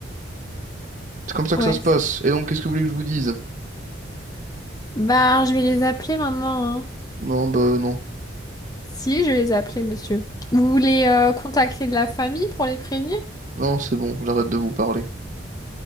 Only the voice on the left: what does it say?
Ouais.
Bah, je vais les appeler maintenant, hein.
Si, je vais les appeler, monsieur. Vous voulez euh, contacter de la famille pour les prévenir?